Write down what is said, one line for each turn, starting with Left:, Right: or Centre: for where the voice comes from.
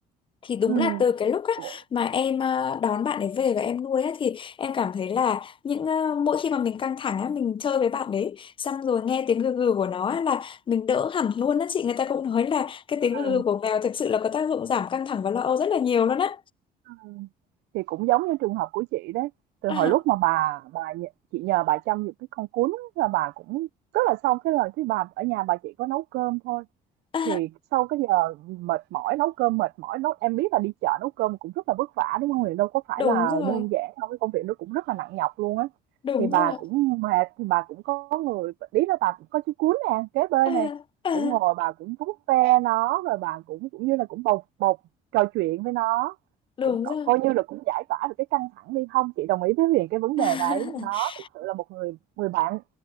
Left: thì đúng
Right: ừm.
Left: là từ cái lúc á,
Right: Cũng
Left: mà em ờ, đón bạn ấy về và em nuôi á, thì em cảm thấy là những ờ, mỗi khi mà mình căng thẳng á, mình chơi với bạn đấy xong rồi nghe tiếng gừ gừ của nó á, là mình đỡ hẳn luôn á chị người ta cũng nói là cái
Right: ừm,
Left: tiếng gừ gừ của mèo thực sự là có tác dụng giảm căng thẳng và lo âu rất là nhiều luôn á
Right: ừm. Thì cũng giống như trường hợp của chị đấy, từ
Left: à,
Right: hồi lúc mà bà bà nh chị nhờ bà chăm giùm cái con cún là bà cũng rất là xong cái lời thấy bà ở nhà bà chỉ có nấu cơm thôi.
Left: à,
Right: thì sau cái giờ mệt mỏi nấu cơm mệt mỏi nấu em biết là đi chợ nấu cơm cũng rất là vất vả đúng không Huyền đâu có phải
Left: đúng
Right: là
Left: rồi
Right: đơn giản đâu cái công việc nó cũng rất là nặng nhọc luôn á
Left: đúng
Right: thì bà
Left: rồi
Right: cũng mệt thì bà cũng có người ý là bà cũng có chú cún nè kế bên
Left: à,
Right: nè
Left: à,
Right: cũng ngồi bà cũng vuốt ve nó rồi bà cũng cũng như là cũng bộc bộc trò chuyện với nó
Left: đúng
Right: cũng co-
Left: rồi
Right: coi như là cũng giải tỏa được cái căng thẳng đi không chị đồng ý với Huyền cái vấn
Left: <laughs>
Right: đề đấy nó thực sự là một người người bạn